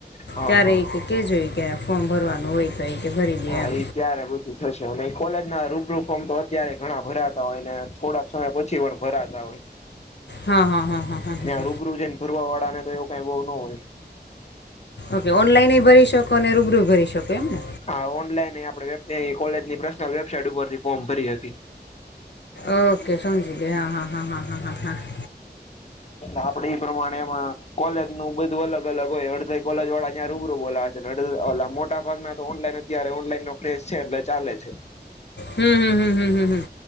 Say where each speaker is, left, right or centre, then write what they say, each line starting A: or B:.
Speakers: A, on the left; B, on the left.
A: હા
B: ત્યારે
A: હા
B: ઈ કે કહેજો ઈ કે ફોર્મ ભરવાનું હોય તો એ કે ભરી દે
A: હા
B: એમ
A: ઈ ત્યારે આ બધું થશે. અને ઈ કોલેજ ના રૂબરૂ ફોર્મ તો અત્યારેય ઘણા ભરાતા હોય ને થોડાક સમય પછી પણ ભરાતા હોય.
B: હા હા હા હા હા હા
A: ત્યાં
B: હા
A: રૂબરૂ જઈને ભરવા વાળા ને તો એવું કાઈ બહુ ન હોય. <inaudible>
B: ઓકે ઓનલાઈન એય ભરી શકો અને રૂબરૂય ભરી શકો એમને?
A: હા ઓનલાઈન એય આપણે <unintelligible> કોલેજની પર્સનલ વેબસાઇટ ઉપરથી ફોર્મ ભરી હગી.
B: ઓકે સમજી ગઈ હા-હા-હા-હા-હા-હા-હા.
A: આપડે ઈ પ્રમાણે એમાં કોલેજ નું બધું અલગ અલગ હોય. કોલેજ વાળા જ્યાં રૂબરૂ બોલા છે ને મોટા ભાગના તો ઓનલાઈન અત્યારે ઓનલાઈન નો ક્રેસ છે એટલે ચાલે છે.
B: હમ હમ હમ હમ હમ હ.